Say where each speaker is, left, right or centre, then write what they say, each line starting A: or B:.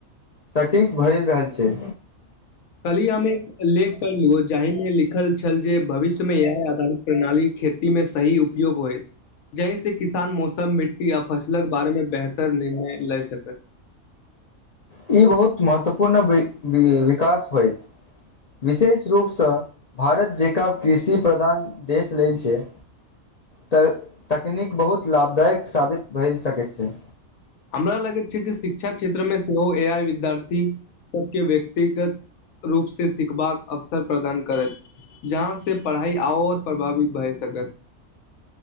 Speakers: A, on the left (about 70°); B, on the left (about 85°).
A: सटीक भए रहल छैय।
B: कली हम एक लेख पढ़लु जाहि में लिखल छल जे भविष्य में इह आधारित प्रणाली खेती मे सही उपयोग होय जहि से किसान मौसम मिटी या फसलक बारेमे बेहतर निर्णय लए सकत।
A: ई बहुत महत्वपूर्ण विकास होइत। विशेष रूपसँ भारत जेकरा कृषि प्रधान देश लेल छै। तऽ तकनीक बहुत लाभदायक साबित भेएल सकैत छै।
B: हमरा लगैत छै जे शिक्षा क्षेत्र मे सेहो ए आइ विद्यार्थी सबके व्यक्तिगत रूपसँ सिखबाक अवसर प्रदान करत्त। जहाँ से पढ़ाइ आओर प्रभावित भए सकत।